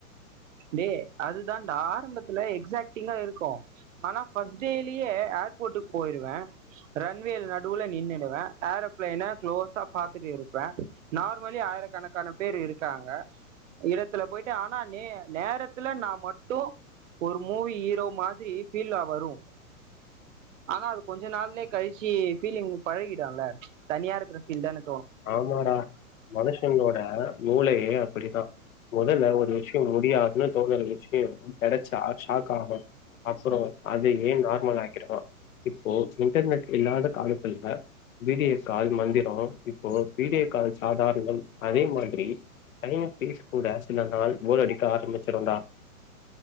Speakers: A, on the right; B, on the left.
A: டேய் அதுதான் டா ஆரம்பத்து துல எக்சாக்ட்டிங்கா இருக்கும் ஆனா ஃபர்ஸ்ட் டேலியே ஏர்போர்ட்டுக்கு போயிருவேன் ரன்வே நடுவுல நின்னுடுவேன் ஏரோபிளைன குலோசா பாத்துட்டு இருப்பேன் நார்மலி ஆயிரக்கணக்கான பேர் இருக்காங்க இடத்துல போயிட்டு நானு நேரத்துலே நா மட்டு ஒரு மூவி ஹீரோ மாதிரி ஃபீல்லா வரு ஆனா அது கொஞ்ச நாள்ல கழிச்சு ஃபீலிங்கு பழகிடுல்ல தனியா இருக்கிற ஃபீல் தான
B: ஆமாடா மனுஷங்ளோட மூலையே அப்டித்தா மொதல்ல ஓரு விஷ்ய முடியாதுனு தோன்ல நெனச்சுக்கோ நீயு கெடச்சா சாப் காவா அப்பறோ அதயே நார்மல் ஆக்கிடுவா இப்போ இன்டர்நெட் இல்லாத காலத்துல பி டி எஸ் ஆல் மந்திர இப்போ வீடியோ கால் சாதாரணம் அதே மாதிரி டைம் பேச கூட சில நாள் போர் அடிக்க ஆரம்மிச்சுருன்டா